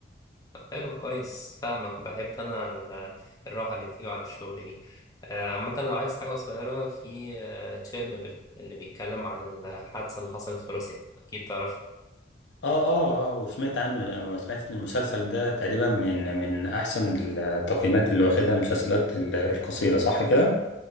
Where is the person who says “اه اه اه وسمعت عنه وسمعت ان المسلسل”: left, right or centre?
Left